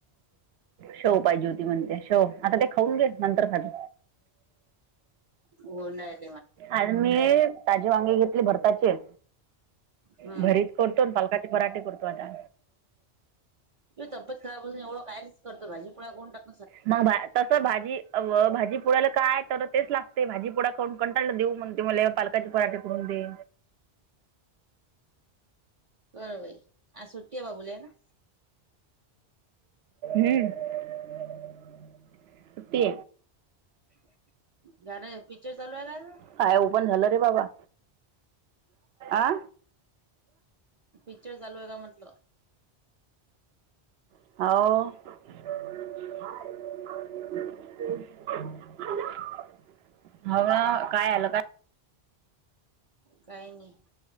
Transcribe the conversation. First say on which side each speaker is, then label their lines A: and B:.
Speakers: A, on the right; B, on the right.
A: शेव पाहिजे होती म्हणते शेव आता ते खाऊन गेल नंतर खाली.
B: हो नाही.
A: आणि मी ताजे वांगे घेतले भरताचे.
B: हम्म
A: भरीच करतो पालकाचे पराठे करतो आता.
B: तब्येत खेळापासून एवढं कायच करतं भाजीपुळा कोण टाक
A: मगबा. तस भाजी भाजी पुडाला काय तर तेच लागते भाजी पुडा कंटाळला देऊ म्हण त मला पालक. काचे पराठे करून दे.
B: कळ बाई आ सुट्टीया बा बूले ना.
A: <inaudible> हम्म ते.
B: <inaudible> गण पिक्चर चालू आहे का.
A: काय ओ पण झालं रे बाबा आ.
B: पिक्चर चालू आहे का म्हटलं?
A: हो. <unintelligible> ह काय आलं काय.
B: काही नाही,